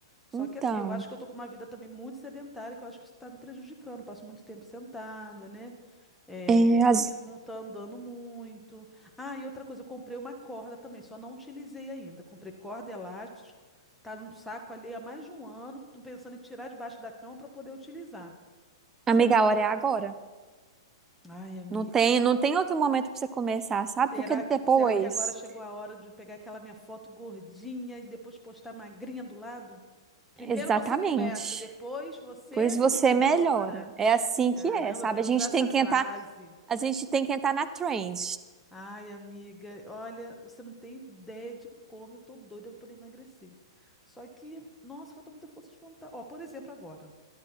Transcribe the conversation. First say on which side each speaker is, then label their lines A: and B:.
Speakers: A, in the centre; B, on the right (about 15°).
A: Só
B: Então,
A: que assim, eu acho que eu tô com uma vida também muito sedentária, que eu acho que isso tá me prejudicando. Passo muito tempo sentada, né? É,
B: é, as-
A: e não tá andando muito. Ah, e outra coisa, eu comprei uma corda também, só não utilizei ainda. Comprei corda e elástico, tá num saco ali há mais de um ano, tô pensando em tirar debaixo da cama para poder utilizar.
B: amiga,
A: Seria uma
B: a hora
A: boa.
B: é agora.
A: Ai, amiga.
B: Não tem, não tem outro momento pra você começar, sabe?
A: Será
B: Porque
A: que,
B: depois.
A: será que agora chegou a hora de eu pegar aquela minha foto gordinha e depois postar magrinha do lado? Primeiro
B: Exatamente.
A: você começa, depois você
B: Pois você
A: melhora.
B: melhora. É assim
A: Caramba,
B: que é, sabe?
A: eu quero
B: A gente
A: usar essa
B: tem
A: frase.
B: que entrar, a gente tem que entrar na trend.
A: Ai, amiga, olha, você não tem ideia de como eu tô doida pra poder emagrecer. Só que, nossa, falta muita força de vontade. Ó, por exemplo, agora,